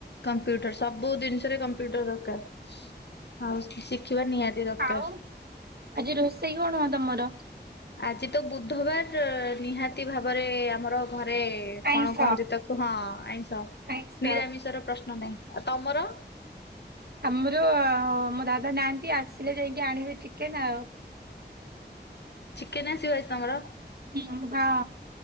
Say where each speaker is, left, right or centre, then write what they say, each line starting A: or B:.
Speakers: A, on the left; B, on the right.
A: କମ୍ପ୍ୟୁଟର ସବୁ ଜିନିଷରେ କମ୍ପ୍ୟୁଟର ଦରକାର ଆଉ ଶିଖିବା ନିହାତି ଦରକାର।
B: ଆଉ ଆଜି ରୋଷେଇ କଣ ହବ ତମର?
A: ଆଜି ତ ବୁଧବାର ନିହାତି ଭାବରେ ଆମର ଘରେ
B: ଆଇଁଷ
A: କଣ କହନ୍ତି ତାକୁ ହଁ ଆଇଁଷ ହନି
B: ଆଇଁଷ
A: ନିରାମିଷ ର ପ୍ରଶ୍ନ ନାହିଁ ଆଉ ତମର?
B: ଆମର ମୋ ଦାଦା ନାହାନ୍ତି ଆସିଲେ ଯାଇକି ଆଣିବେ ଚିକେନ୍ ଆଉ।
A: ଚିକେନ୍ ଆସିବ ଆଜି ତମର?
B: ଇମ୍ ଭାଅ